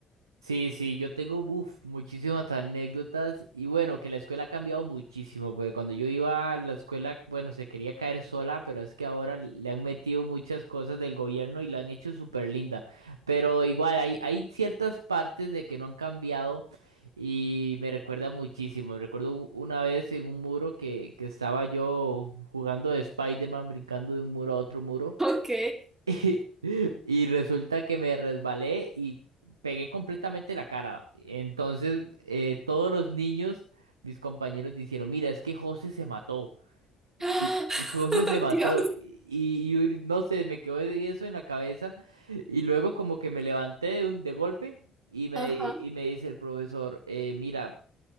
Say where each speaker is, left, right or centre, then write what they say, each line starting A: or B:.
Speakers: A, on the right; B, on the right.
A: Sí, sí, yo tengo uf, muchísimas anécdotas y bueno, que la escuela ha cambiado muchísimo, porque cuando yo iba a la escuela, bueno, se quería caer sola, pero es que ahora le han metido muchas cosas del gobierno y la han hecho súper linda. Pero igual, hay, hay ciertas partes de que no han cambiado y me recuerda muchísimo. Recuerdo u- una vez en un muro que, que estaba yo jugando de Spider-Man, brincando de un muro a otro muro.
B: Ok.
A: Y y resulta que me resbalé y pegué completamente la cara. Entonces, eh, todos los niños, mis compañeros, dijeron, mira, es que José se mató.
B: <laughs>
A: Y y su José se mató.
B: Dios.
A: Y, y un- no sé, me quedó eso en la cabeza. Y luego como que me levanté de, un, de golpe y me,
B: Ajá.
A: y me dice el profesor, "Eh, mira,